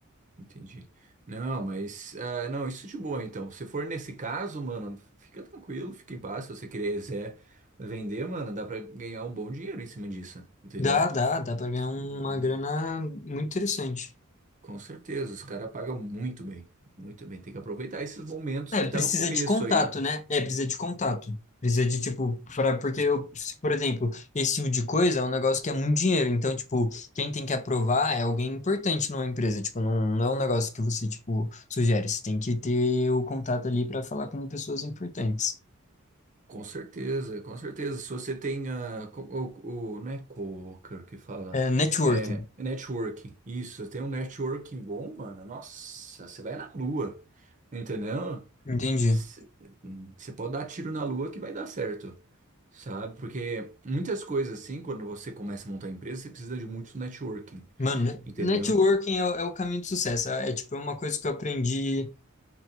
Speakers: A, on the right; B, on the left.
A: Entendi. Não, mas ah, não, isso de boa então. Se for nesse caso, mano, fica tranquilo, fica em paz. Se você quiser vender, mano, dá pra ganhar um bom dinheiro em cima disso, entendeu?
B: Dá, dá, dá pra ganhar uma
A: Uhum.
B: grana muito interessante.
A: Com certeza, os caras pagam muito bem, muito bem. Tem que aproveitar esses momentos
B: É,
A: que
B: precisa
A: tá no começo
B: de contato,
A: aí.
B: né? É, precisa de contato. Precisa de, tipo, pra, porque eu, por exemplo, esse tipo de coisa é um negócio que é muito dinheiro. Então, tipo, quem tem que aprovar é alguém importante numa empresa. Tipo, não, não é um negócio que você, tipo, sugere. Você tem que ter o contato ali para falar com pessoas importantes.
A: Com certeza, com certeza. Se você tem ah, co- o, o- não é coworker que fala,
B: É, networking,
A: é networking. Isso, você tem um networking bom, mano. Nossa, você vai na lua, entendeu?
B: entendi.
A: Você pode dar tiro na lua que vai dar certo, sabe? Porque muitas coisas assim, quando você começa a montar empresa, você precisa de muito networking,
B: Mano, ne-
A: entendeu?
B: networking é, o é o caminho do sucesso. É, é, tipo, é uma coisa que eu aprendi,